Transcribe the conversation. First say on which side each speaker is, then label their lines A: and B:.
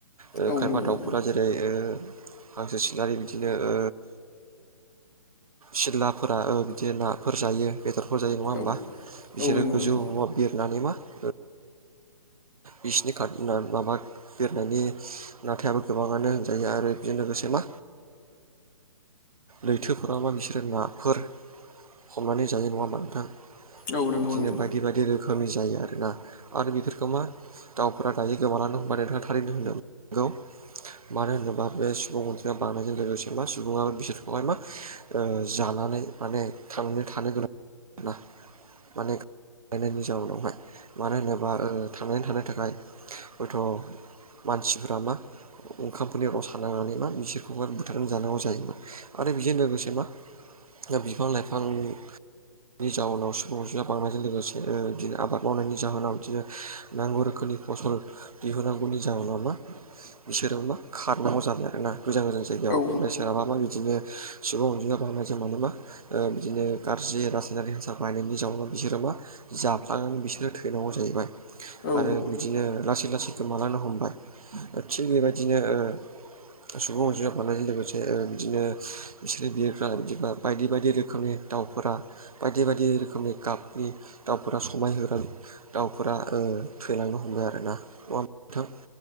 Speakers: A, on the right (about 75°); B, on the left (about 35°).
A: ओ
B: औ
A: खायफा
B: नंगौ
A: दाउफोरा
B: नोंथां
A: जेरै ओ हांसो सिलारि बिदिनो ओ सिलाफोरा बिदि नाफोर जायो। बेदरफोर जायो नङा होमबा?
B: औ
A: बिसोरो
B: औ नंगौ
A: गोजौआववा
B: नोंथां
A: बिरनानै मा ओ बिसिनि खार माबा बेरनायनि नाथायाबो गोबाङानो होनजायो। आरो बेजों लोगोसे मा लैथोफोराव मा बिसोरो नाफोर हमनानै जायो नङा होमा नोंथां?
B: औ नंगौ
A: बिदिनो
B: नोंथां
A: बायदि बायदि रोखोमनि जायो आरो आरोना। आरो बेफोरखौ मा दाउफोरा दायो गोमानानै होमबा नोंथाङा थारैनो होनदों। <unintelligible> मानो होनोबा बे सुबुं अनजिमाया बांनायजों लोगोसे मा सुबुङाब बिसोरखौहाय मा ओ जानानै माने थांनानै थानो गोनां आरोना। माने बायनायनि जाउनावहाय मानो होनोबा थांनानै थानो थाखाय हयथ' मानसिफोरा मा ओंखामफोरनि रसा नांनानै मा बिसोरखौह बुथारनानै जानांगौ जायोमोन। आरो बेजों लोगोसे मा बिफां लाइफांनि जाउनाव सुबुं अनजिमा बांनायजों लोगोसे ओ बिदिनो आबाद मावनायनि जाहोनाव बिदिनो नांगौ रोखोमनि फसल दिहुनांगौनि जाहोनाव मा बिसोरो मा खारनांगौ जाबाय आरोना। गोजान गोजान जायायाव
B: औ
A: ओमफ्राय सोरहाबा मा बिदिनो सुबुं अनजिमा बांनाय <unintelligible> मानोबा बिदिनो गाज्रि रासायनारि हासार बाहायनायनि जाउनाव बिसोरो मा जाफ्लांनानै बिसोरो थैनांगौ जाहैबाय।
B: औ
A: आरो बिदिनो लासै लासै गोमालांनो हमबाय थिग बेबायदिनो ओ सुबुं अनजिमा बानायजों लोगोसे ओ बिदिनो बिसोर बिरफ्रा बिदिबा बायदि बायदि रोखोमनि दाउफोरा बायदि बायदि रोखोमनि गाफ' दाउफोरा समायहोग्रा दाउफोरा ओ थैेलांनो हमबाय आरोना ना। ‌ नंङा होमबा नोंथां?